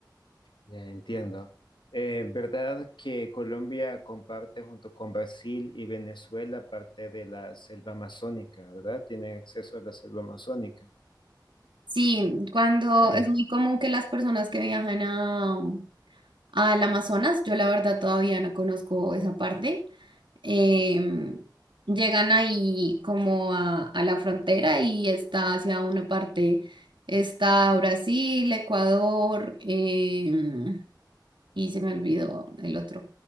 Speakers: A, on the left (about 85°); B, on the right (about 90°).
A: Ya entiendo. Eh, ¿verdad que Colombia comparte junto con Brasil y Venezuela parte de la selva amazónica, ¿verdad? Tiene acceso a la selva amazónica.
B: Sí, cuando
A: Eh,
B: es muy común que las personas que viajan a, al Amazonas, yo la verdad todavía no conozco esa parte eh, llegan ahí como a, a la frontera y está hacia una parte, está Brasil, Ecuador, em, y se me olvidó el otro.